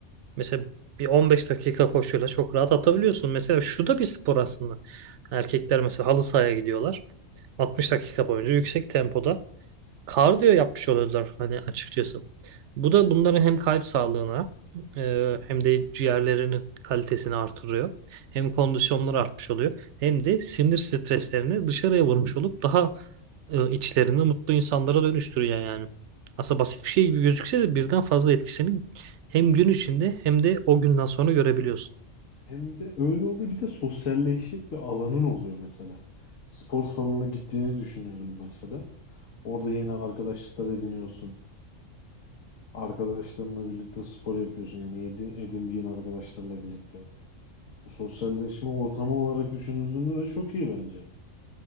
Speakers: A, on the right; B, on the left.
A: mesela bir 15 dakika koşuyla çok rahat atabiliyorsun. Mesela şu da bir spor aslında. Erkekler mesela halı sahaya gidiyorlar. 60 dakika boyunca yüksek tempoda kardiyo yapmış oluyorlar hani açıkçası. Bu da bunların hem kalp sağlığına e, hem de ciğerlerinin kalitesini artırıyor. Hem kondisyonları artmış oluyor. Hem de sinir streslerini dışarıya vurmuş olup daha e, içlerini mutlu insanlara dönüştürüyor yani. Aslında basit bir şey gibi gözükse de birden fazla etkisini hem gün içinde hem de o günden sonra görebiliyorsun.
B: Hem de öyle oluyor. Bir de sosyalleşecek bir alanın oluyor mesela. Spor salonuna gittiğini düşünüyorum mesela. Orada yeni arkadaşlıklar ediniyorsun. Arkadaşlarınla birlikte spor yapıyorsun. Yani yedi- edindiğin arkadaşlarla birlikte. Bu sosyalleşme ortamı olarak düşünüldüğünde de çok iyi bence.